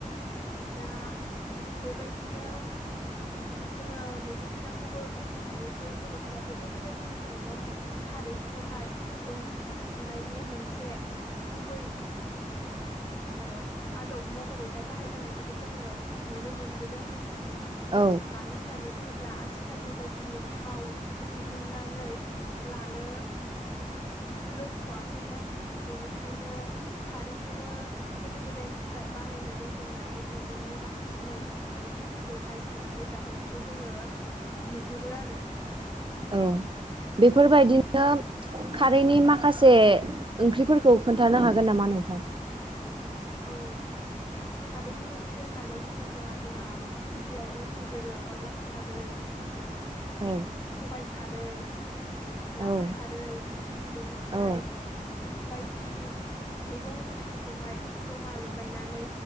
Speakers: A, on the left (about 25°); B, on the right (about 35°).
A: दा बेबायदिनो जोङो नैबे खोथाखौबो बुंनो हायो जे बर'फोरा गो गोदो गोदायनिफ्रायनो खारैखौहाय ओंख्रि संनायनि मोनसे गुबै <inaudible> ओ आदब महरैहाय बाहायबोनायखौबो जोङो नुनो मोनबोदों।
B: औ
A: मानो होननानै बुङोब्ला ब्ला आथिखालनि बायदि थाव दिहुननानै लानो रोंस'वाखैमोन बेनिखायनो खारैखौनो गोदो गोदायनिफ्राय बानायनो रोंजेननानै बेजोंनो बांसिनै ओंख्रिफोरखौहाय संनानै जोनायखौ जोङो नुहुरो आरो
B: औ बेफोरबायदिनो खारैनि माखासे ओंख्रिफोरखौ खोन्थानो हागोन नामा नोंथां?
A: औ
B: <inaudible>
A: खारैनि ओंख्रि होननानै बुङोब्ला जोंहा गिबियावनो फैगोरो अनला खारै
B: औ
A: सबायाइ खारै,
B: औ
A: लाफा खारै, बेनिफ्राय
B: औ
A: बायदि मैगं गोथांखौहाय जमा लगायनानै